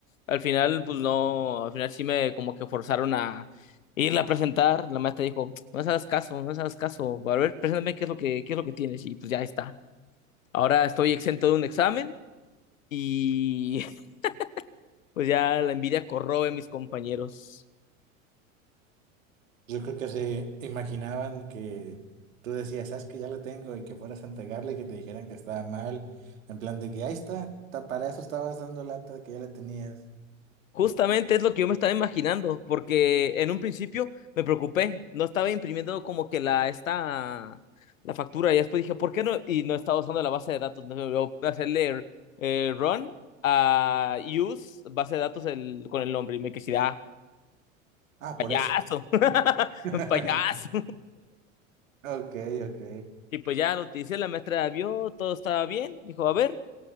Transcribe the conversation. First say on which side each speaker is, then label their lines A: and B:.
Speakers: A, on the left; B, on the right.
A: al final, pues no, al final sí me como que forzaron a irla a presentar. La maestra dijo, no les hagas caso, no les hagas caso. A ver, preséntame qué es lo que, qué es lo que tienes. Y pues ya está. Ahora estoy exento de un examen y <laughs> pues ya la envidia corroe a mis compañeros.
B: Yo creo que se imaginaban que tú decías, sabes que ya lo tengo y que fueras a entregarle y que te dijeran que estaba mal, en plan de que ahí está, ta- para eso estabas dando lata de que ya la tenías.
A: Justamente es lo que yo me estaba imaginando, porque en un principio me preocupé, no estaba imprimiendo como que la esta la factura y después dije, ¿por qué no? Y no estaba usando la base de datos, no me voy a hacerle eh, run a use base de datos el- con el nombre y me quedé, ah,
B: Ah, por
A: payaso,
B: eso. <laughs>
A: <laughs> payaso.
B: Ok, ok.
A: Y pues ya lo utilicé, la maestra vio, todo estaba bien, dijo, a ver,